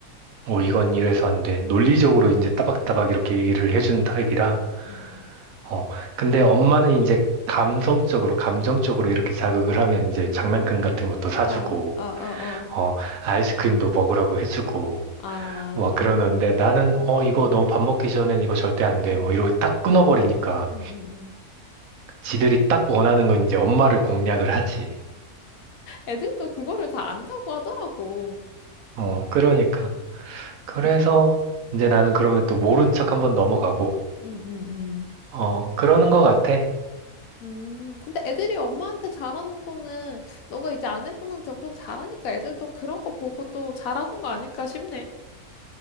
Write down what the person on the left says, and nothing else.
음, 음, 음,
음, 음.
음, 아, 아, 아,
아,
아,
음,
음,
음,
음, 음, 음. 음.
애들도 그거를 다 안다고 하더라고.
음, 음, 음.
음, 근데 애들이 엄마한테 잘하는 거는 너가 이제 아내분한테 엄청 잘하니까 애들도 그런 거 보고 또 잘하는 거 아닐까 싶네.